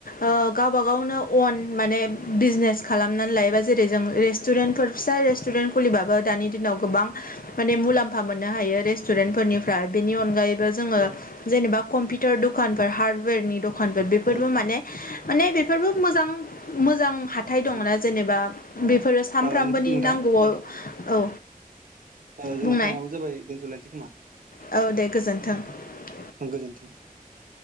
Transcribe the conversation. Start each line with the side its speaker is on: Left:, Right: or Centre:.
Left: ओ गावब गावनो अन माने बिजनेस खालामनानै लायोबा जेरै जों रेस्टुरेन्टफोर फिसा रेस्टुरेन्ट खुलिबाबो दानि दिनाव गोबां माने मुलाम्फा मोननो हायो रेस्टुरेन्टफोरनिफ्राय बेनि अनगायै ओ जोङो
Right: उम
Left: जेनेबा कम्पिउटार दकान बा हार्दउवेरनि द खानफोर बेफोरबो
Right: उम
Left: माने माने बेफोरबो मोजां मोजां हा थाय दंना
Right: उम
Left: जेनेबा
Right: ओ
Left: बेफोरो सानफ्रामबोनि
Right: ओ नोंथां
Left: नांगौआव औ
Right: ओ जोंना
Left: बुंनाय
Right: टाइमाबो जाबाय दोनथ'लायनोसै खोमा ।
Left: औ दे गोजोन्थों ।
Right: ओ गोजोनथों ।